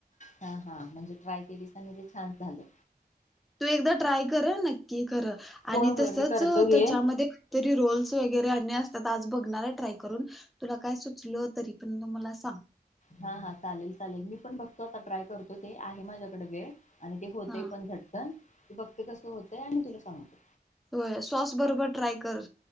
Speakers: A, on the left; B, in the centre.
A: अ हा म्हणजे ट्राय केली <unintelligible> ते छान झालं.
B: तू एकदा ट्राय कर अ नक्की कर
A: होय
B: आणि
A: होय
B: तसच
A: मी करतो घे.
B: त्याच्यामध्ये. तरी रोल्स वगैरे अन्य असतात आज बघणार एय ट्राय करून. तुला काय सुचलं तरी पं <unintelligible> मला सांग.
A: हा हा चालेल चालेल मी पण बघतो आता ट्राय करतो ते आहे माझ्याकड वेळ आणि ते होतेय
B: हा
A: पण गट्टन ते बघते कसं होतय आणि तुला सांगतो.
B: होय सॉस बरोबर ट्राय कर.